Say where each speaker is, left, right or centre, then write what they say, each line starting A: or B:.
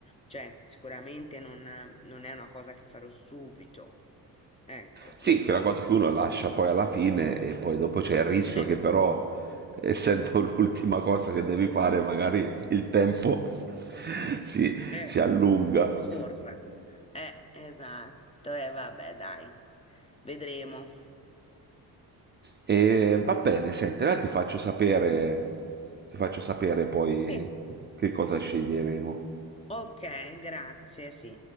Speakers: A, on the left; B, on the right.
A: Cioè, sicuramente non, non è una cosa che farò subito. Ecco,
B: Sì,
A: non,
B: quella cosa che uno
A: di-
B: lascia poi alla fine e poi dopo c'è il rischio
A: Eh,
B: che però, essendo <laughs> l'ultima cosa che devi fare, magari il tempo <laughs> si,
A: eh,
B: si allunga.
A: scorra. Eh, esatto, e vabbè, dai, vedremo.
B: E va bene, senti, allora ti faccio sapere, ti faccio sapere poi
A: Sì,
B: che cosa sceglieremo.
A: ok, grazie, sì.